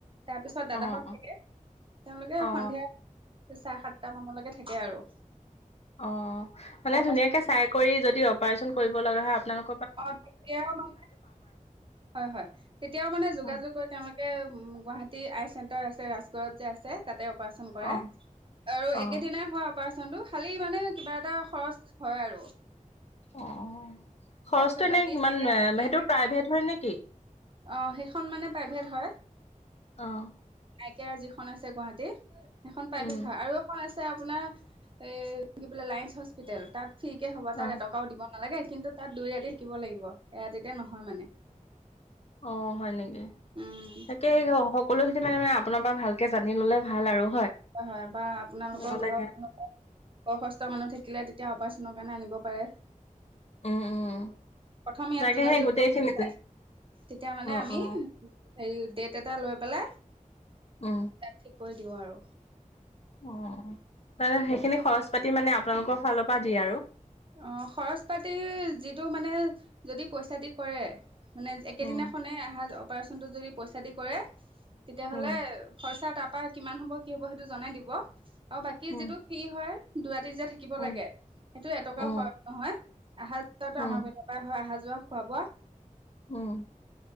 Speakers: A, on the right; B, on the left.
A: তাৰপিছত দাদাহঁত
B: অ' অ'
A: থাকে। তেওঁলোকে
B: অ
A: সন্ধিয়া চাৰে-সাতটা মানলৈকে থাকে। কে আৰু।
B: অ', মানে
A: তাৰ
B: ধুনীয়াকে
A: পাছত
B: চাই কৰি যদি অপাৰচন কৰিব লগা হয়, আপোনালোক।
A: অ' তেতিয়াও মানে, হয় হয় তেতিয়াও মানে যোগাযোগ
B: অ'
A: কৈ তেওঁলোকে। গুৱাহাটীৰ আই চেণ্টাৰ আছে ৰাজগড়ত যে আছে, তাতে অপ অপাৰেচন কৰায়,
B: অ'
A: আৰু
B: অ'
A: একেদিনাই হোৱা অপাৰেচন চনটো খালি মানে কিবা এটা খৰচ হয় আৰু। <inaudible>
B: অ'। খৰচটো
A: তাৰপিছত
B: এনে
A: বাকী
B: কিমান?
A: চেকাপ খিনি
B: সেইটো
A: ইয়াতে
B: প্ৰাইভেট হয় নেকি?
A: অ' সেইখন মানে প্ৰাইভেট হয়।
B: অ'
A: আই কেয়াৰ যিখন আছে গুৱাহাটীৰ। এখন প্ৰাইভেট
B: উম
A: হয়। আৰু এখন আছে। ছে আপোনাৰ এ কি বোলে, লায়ন্স হস্পিতেল তাত। ফিকে হ'ব তাত
B: অ'
A: এটকাও দিব। নালাগে, কিন্তু তাত দুই ৰাতি থাকিব লাগিব। এৰাতি। তে নহয় মানে।
B: অ' হয় নেকি?
A: উম
B: তাকেই সকলোখিনি মানে-মানে আপোনাৰ পৰা ভালকে জানি ল'লে ভাল আৰু।
A: হয় হয় বা আপোনালোকৰ
B: নহ'লে
A: ঘৰৰ কোনোবা বয়সস্থ মানুহ থাকিলে তেতিয়া অপাৰেচনৰ কাৰণে আনিব পাৰে।
B: উম উম।
A: প্ৰথম ইয়াত
B: তাকে
A: যোগাযোগ
B: সেই গোটেইখিনি
A: কৰি তেতিয়া মানে
B: অ
A: আমি
B: অ
A: হেৰি ডেট এটা লৈ পেলাই
B: অ
A: ইয়াত ঠিক কৈ দিও আৰু।
B: অ-অ। তাতে সেইখিনি খৰচ পাতি মানে আপোনালোকৰ ফালৰ পৰা দিয়ে আৰু।
A: অ' খৰচ পাতি যিটো মানে যদি পইচা দি কৰে মানে একেদিনাখনে
B: উম
A: আহা অপাৰচনটো যদি পইচা দি কৰে তেতিয়াহ'লে
B: উম
A: খৰচা তাপ পা কিমান হব কি হ'ব সেইটো জনাই দিব। অ' বাকী
B: উম
A: যিটো ফি হয় দুুৰাতি যে থাকিব
B: উম
A: লাগে টো এটকাও
B: উম
A: খৰচ নহয় আহা যোৱাটো
B: উম
A: আমাৰ পিনৰ পৰাই হয়। অহা-যোৱা, খোৱা-বোৱা।
B: উম'